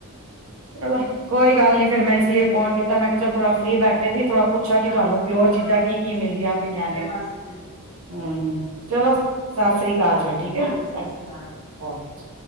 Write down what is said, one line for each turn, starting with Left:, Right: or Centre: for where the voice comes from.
Right: ਚਲੋਂ। ਕੋਈ ਗੱਲ ਨੀ ਫੇਰ ਮੈਂ ਇਸ ਲਈ ਫ਼ੋਨ ਕੀਤਾਂ ਮੈਂ ਕਿਹਾਂ ਚੱਲ ਥੋੜਾਂ ਫ੍ਰੀ ਬੈਠੇਂ ਸੀ ਥੋੜਾਂ ਪੁੱਛਾ ਕੀ
Left: ਹਾਂਜੀ
Right: ਤੁਹਾਂਨੂੰ।
Left: ਹਾਂਜੀ
Right: ਪਿਓਰ ਚੀਜ਼ਾਂ ਕੀ- ਕੀ ਮਿਲਦੀਆਂ ਪਈਆਂ ਨੇਂ।
Left: ਬਸ ਜੀ,
Right: ਹੂੰ ਚਲੋ ਸਤਿ ਸ੍ਰੀ ਅਕਾਲ
Left: ਹਾਂਜੀ
Right: ਠੀਕ ਹੈ
Left: ਹਾਂਜੀ ਸਤਿ ਸ਼੍ਰੀ ਅਕਾਲ
Right: ਓਕੇ ਜੀ